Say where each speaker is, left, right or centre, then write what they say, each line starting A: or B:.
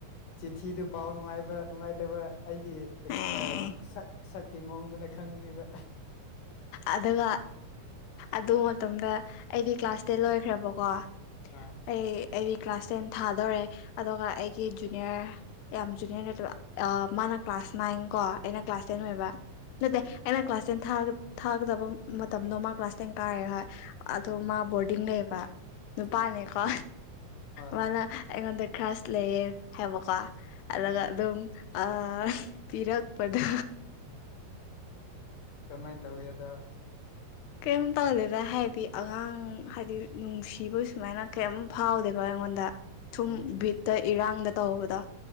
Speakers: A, on the left; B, on the left.
A: ꯆꯤꯊꯤꯗꯨ ꯄꯥꯎ ꯅꯨꯡꯉꯥꯏꯕ ꯅꯨꯡꯉꯥꯏꯇꯕ ꯑꯩꯒꯤ ꯑꯦꯛꯁ
B: ꯑꯦ
A: ꯑꯗꯨꯝ ꯁꯛ ꯁꯛꯀꯤ ꯃꯑꯣꯡꯗꯨꯅ ꯈꯪꯅꯤꯕ
B: ꯑꯗꯨꯒ ꯑꯗꯨ ꯃꯇꯝꯗ ꯑꯩꯗꯤ ꯀ꯭ꯂꯥꯁ ꯇꯦꯟ ꯂꯣꯏꯈ꯭ꯔꯕꯀꯣ
A: ꯑ
B: ꯑꯩ ꯑꯩꯒꯤ ꯀ꯭ꯂꯥꯁ ꯇꯦꯟ ꯊꯥꯗꯣꯔꯦ ꯑꯗꯨꯒ ꯑꯩꯒꯤ ꯖꯨꯅꯤꯌꯔ ꯖꯨꯅꯤ ꯅꯠꯇ ꯃꯥꯅ ꯀ꯭ꯂꯥꯁ ꯅꯥꯏꯟ ꯀꯣ ꯑꯩꯅ ꯀ꯭ꯂꯥꯁ ꯇꯦꯟ
A: ꯎꯝ
B: ꯑꯣꯏꯕ ꯅꯠꯇꯦ
A: ꯎꯝ
B: ꯑꯩꯅ ꯀ꯭ꯂꯥꯁ ꯇꯦꯟ ꯊꯥꯒ ꯊꯥꯒꯗꯕ ꯃꯇꯝꯗꯣ ꯃꯥ ꯀ꯭ꯂꯥꯁ ꯇꯦꯟ ꯀꯥꯔꯦ ꯍꯣꯏ ꯑꯗꯣ
A: ꯎꯝ
B: ꯃꯥ ꯕꯣꯔꯗꯤꯡ ꯂꯩꯕ ꯅꯨꯄꯥꯅꯦꯀꯣ
A: ꯍꯣꯏ ꯍꯣꯏ
B: ꯃꯥꯅ
A: ꯍꯣꯏ
B: ꯑꯩꯉꯣꯟꯗ ꯈ꯭ꯔꯥꯁ ꯂꯩꯌꯦ ꯍꯥꯏꯕꯀꯣ ꯑ
A: ꯎꯝ
B: ꯑꯗꯨꯝ ꯑ ꯇꯤꯔꯛꯄꯗ
A: ꯀꯃꯥꯏꯅ ꯇꯧꯒꯦꯗꯣ
B: ꯀꯝ ꯇꯧꯗꯦꯗ ꯍꯥꯏꯗꯤ ꯑꯉꯥꯡ ꯍꯥꯏꯗꯤ ꯅꯨꯡꯁꯤꯕ ꯁꯨꯃꯥꯏꯅ ꯀꯩꯝ ꯐꯥꯎꯗꯦꯕ ꯑꯩꯉꯣꯟꯗ ꯊꯨꯝ
A: ꯎꯝ
B: ꯕꯤꯠꯇ ꯏꯔꯥꯡꯗ ꯇꯧꯕꯗ